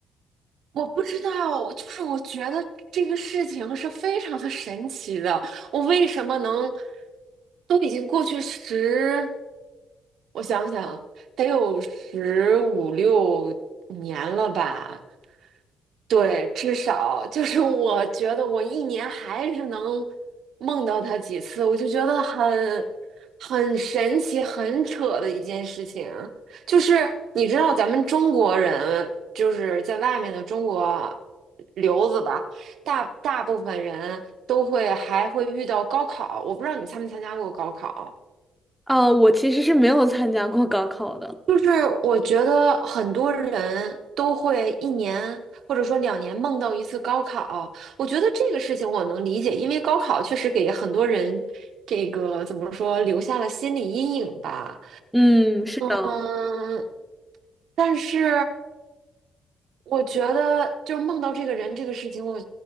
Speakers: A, on the right (about 70°); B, in the centre.
A: <laughs> 我不知道，就是我觉得这个事情是非常的神奇的。我为什么能都已经过去十我想想啊，得有十五六年了吧？对，至少就是我觉得我一年还是能梦到他几次，我就觉得很很神奇、很扯的一件事情。就是你知道，咱们中国人就是在外面的中国留子吧，大大部分人都会还会遇到高考。我不知道你参没参加过高考。
B: 呃，我其实是没有参加过高考的。
A: 就是我觉得很多人都会一年或者说两年梦到一次高考，我觉得这个事情我能理解，因为高考确实给很多人这个怎么说留下了心理阴影吧。
B: 嗯，是的。
A: 嗯，但是我觉得就梦到这个人这个事情，我